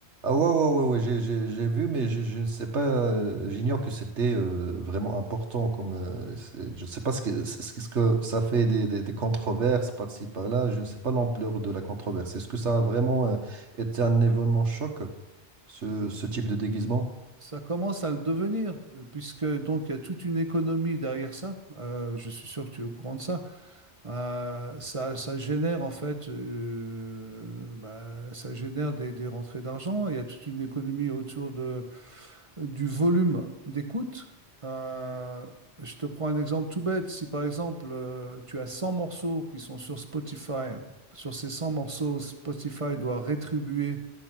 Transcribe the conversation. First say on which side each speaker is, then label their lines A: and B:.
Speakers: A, on the right; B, on the right.
A: Ah ouais, ouais, ouais, ouais, j'ai j'ai- j'ai vu, mais je, je ne sais pas, euh, j'ignore que c'était euh, vraiment important comme, euh, c'est- je ne sais pas ce que, ce que ce que ça fait des, des, des controverses par-ci, par-là, je ne sais pas l'ampleur de la controverse. Est-ce que ça a vraiment euh, été un événement choc, ce, ce type de déguisement?
B: Ça commence à le devenir, euh, puisque donc il y a toute une économie derrière ça. Euh, je suis sûr que tu es au courant de ça. Euh, ça, ça génère en fait, euh, bah, ça génère des, des rentrées d'argent. Il y a toute une économie autour de, du volume d'écoute. Euh, je te prends un exemple tout bête. Si par exemple euh, tu as 100 morceaux qui sont sur Spotify, sur ces 100 morceaux, Spotify doit rétribuer